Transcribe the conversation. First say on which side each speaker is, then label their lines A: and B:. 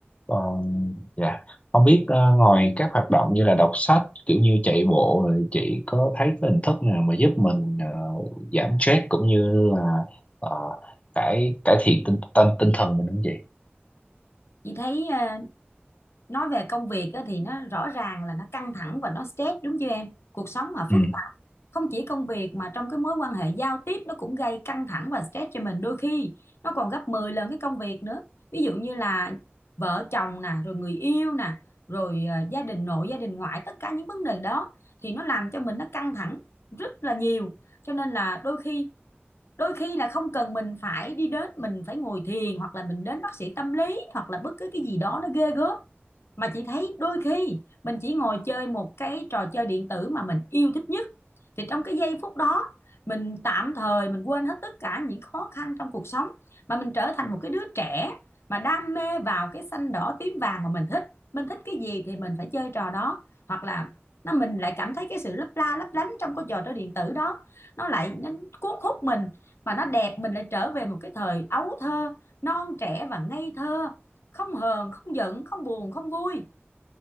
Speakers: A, on the left; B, on the left.
A: còn dạ không biết ờ, ngoài các hoạt động như là đọc sách kiểu như chạy bộ rồi chị có thấy cái hình thức nào mà giúp mình ờ, giảm stress cũng như là ờ, cải cải thiện tinh tinh tinh thần mình không chị?
B: chị thấy ờ, nói về công việc á, thì nó rõ ràng là nó căng thẳng và nó stress đúng chưa em cuộc sống mà
A: Ừ
B: phức tạp không chỉ công việc mà trong cái mối quan hệ giao tiếp nó cũng gây căng thẳng và stress cho mình đôi khi nó còn gấp 10 lần cái công việc nữa ví dụ như là vợ chồng nè rồi người yêu nè rồi ờ, gia đình nội gia đình ngoại tất cả những vấn đề đó thì nó làm cho mình nó căng thẳng rất là nhiều cho nên là đôi khi đôi khi là không cần mình phải đi đến mình phải ngồi thiền hoặc là mình đến bác sĩ tâm lý hoặc là bất cứ cái gì đó nó ghê gớm mà chị thấy đôi khi mình chỉ ngồi chơi một cái trò chơi điện tử mà mình yêu thích nhất thì trong cái giây phút đó mình tạm thời mình quên hết tất cả những khó khăn trong cuộc sống mà mình trở thành một cái đứa trẻ mà đam mê vào cái xanh đỏ tím vàng mà mình thích mình thích cái gì thì mình phải chơi trò đó hoặc là nó mình lại cảm thấy cái sự lấp la lấp lánh trong cái trò chơi điện tử đó nó lại nó cuốn hút mình mà nó đẹp mình lại trở về một cái thời ấu thơ non trẻ và ngây thơ không hờn không giận không buồn không vui